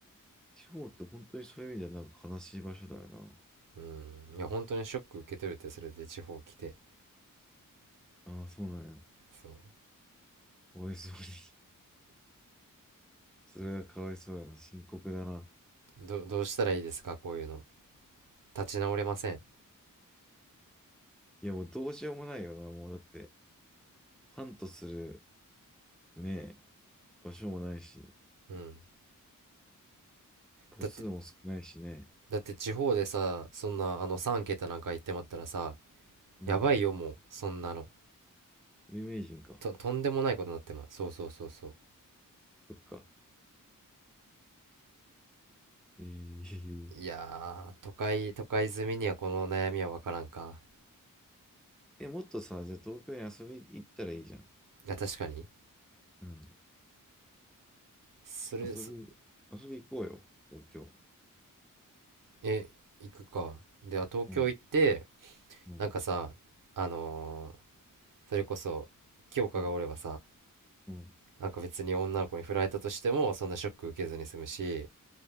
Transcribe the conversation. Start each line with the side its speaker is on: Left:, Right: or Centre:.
Centre: 地方って本当にそういう意味ではなんか悲しい場所だよな。
Right: うん。いや、本当にショック受け取るってそれで地方来て。
Centre: ああ、そうなんや。
Right: そ
Centre: かわいそうに。<laughs> それはかわいそうやな。深刻だな。
Right: う。ど、どうしたらいいですかこういうの。立ち直れません。
Centre: いや、もうどうしようもないよな。もうだって、ハントするね、場所もないし、
Right: うん。
Centre: 個数も少ないしね。
Right: だって、だって地方でさ、そんなあの3桁なんか行ってまったらさ、
Centre: うん。うん。
Right: やばいよもう、そんなの。
Centre: 有名人か。
Right: と、とんでもないことになってますそうそうそうそう。
Centre: そっか。えー、
Right: いやー、都会、都会住みにはこの悩みはわからんか。
Centre: <laughs> え、もっとさ、じゃあ東京に遊び行ったらいいじゃん。
Right: いや、確かに。
Centre: うん。
Right: それ、
Centre: 遊び、
Right: そ
Centre: 遊び行こうよ。東京。
Right: え、行くか。では、東京行って、
Centre: うん。うん。
Right: なんかさ、あのーそれこそ、清香がおればさ、
Centre: うん。うん。
Right: なんか別に女の子に振られたとしても、そんなショック受けずに済むし、